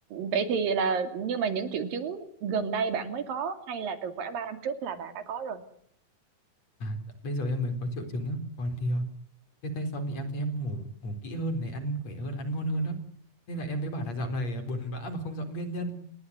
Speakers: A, on the right; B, on the left.
A: vậy thì là nhưng mà những triệu chứng gần đây bạn mới có hay là từ khoảng 3 năm trước là bạn đã có rồi?
B: À, dạ, bây giờ em mới có triệu chứng á, còn thì ờ, Chia tay xong thì em thấy em ngủ ngủ kỹ hơn này, ăn khỏe hơn, ăn ngon hơn đó. Nên là em mới bảo là dạo này à, buồn bã mà không rõ nguyên nhân.